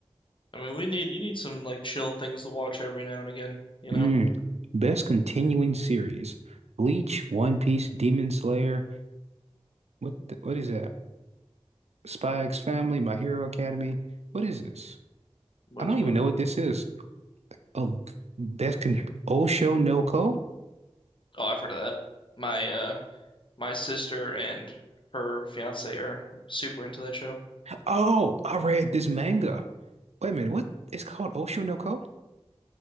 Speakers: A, on the left; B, on the right.
A: I mean, we need you need some like chill things to watch every now and again, you know?
B: Mm. Best continuing series: Bleach, One Piece, Demon Slayer. What, the, what is that? Spy X Family, My Hero Academy. What is this?
A: What
B: I
A: is
B: don't
A: what?
B: even know what this is. Oh, that's con Osho no Ko?
A: Oh, I've heard of that. My uh my sister and her fiance are super into that show.
B: Oh, I read this manga. Wait a minute, what? It's called Osho no Ko?